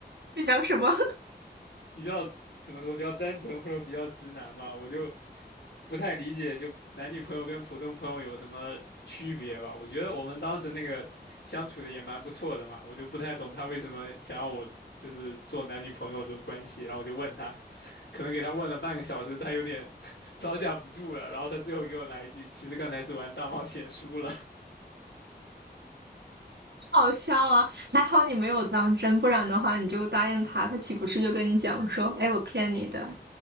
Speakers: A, on the right; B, on the left.
A: 这叫什么？
B: 比较怎么说，比较单纯或者比较直男吧，我就不太理解，就男女朋友跟普通朋友有什么区别吧？我觉得我们当时那个相处的也蛮不错的嘛，我就不太懂他为什么想要我就是做男女朋友的关系，然后我就问他，可能给他问了半个小时，他有点 <laughs> 招架不住了，然后他最后给我来一句，其实刚才是玩大冒险输了，
A: <laughs> 好笑啊！还好你没有当真，不然的话你就答应他，他岂不是就跟你讲说，哎，我骗你的，